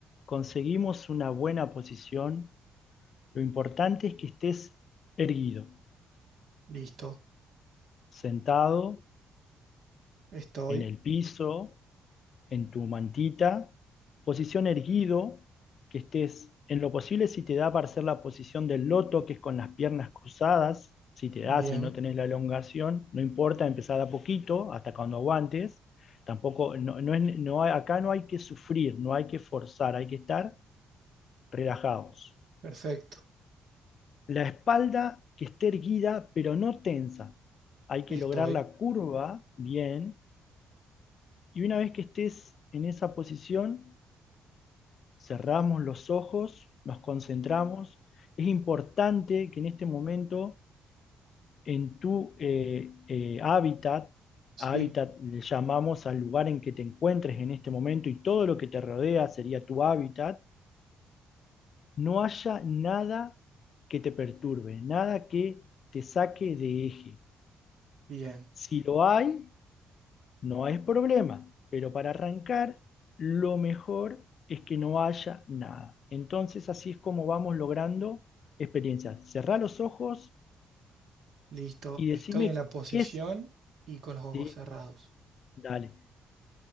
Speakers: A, on the left (about 55°); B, on the right (about 65°).
A: conseguimos una buena posición, lo importante es que estés erguido,
B: Listo.
A: sentado
B: Estoy.
A: en el piso, en tu mantita, posición erguido, que estés en lo posible si te da para hacer la posición del loto, que es con las piernas cruzadas, si te da,
B: Bien.
A: si no tenés la elongación, no importa, empezar a poquito, hasta cuando aguantes. Tampoco, no, no es, no hay- acá no hay que sufrir, no hay que forzar, hay que estar relajados.
B: Perfecto.
A: La espalda que esté erguida, pero no tensa. Hay que
B: Estoy.
A: lograr la curva bien. Y una vez que estés en esa posición, cerramos los ojos, nos concentramos. Es importante que en este momento, en tu eh, eh, hábitat,
B: Sí.
A: hábitat le llamamos al lugar en que te encuentres en este momento y todo lo que te rodea sería tu hábitat, no haya nada que te perturbe, nada que te saque de eje.
B: Bien.
A: Si lo hay, no es problema, pero para arrancar, lo mejor es que no haya nada. Entonces, así es como vamos logrando experiencias. Cerrá los ojos
B: Listo.
A: y
B: Estoy
A: decime
B: en la posición
A: qué es.
B: y con los ojos
A: sí,
B: cerrados.
A: dale.